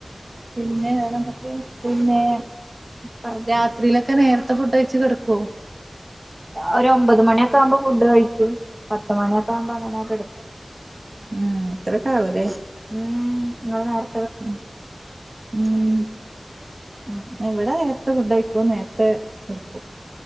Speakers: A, on the right; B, on the right.
A: പിന്നെ വെറെ എന്തൊക്കെ പിന്നെ
B: പറയ്
A: രാത്രിയിലൊക്കെ നേരത്തെ ഫുഡ് കയ്ച്ച് കെടാക്കുവോ
B: ഒര് ഒമ്പത് മണിയൊക്കെ ആവുമ്പോ ഫുഡ് കഴിക്കും പത്ത് മണിയൊക്കെ ആവുമ്പോ അങ്ങനെ കെടാക്കും
A: മ് അത്രക്കെ ആവാ അല്ലേ
B: ഉം നിങ്ങള് നേര
A: ഉം ഉം
B: ഉം
A: ഇവടെ നേരത്തെ ഫുഡ് ആയിക്കും നേര് <unintelligible>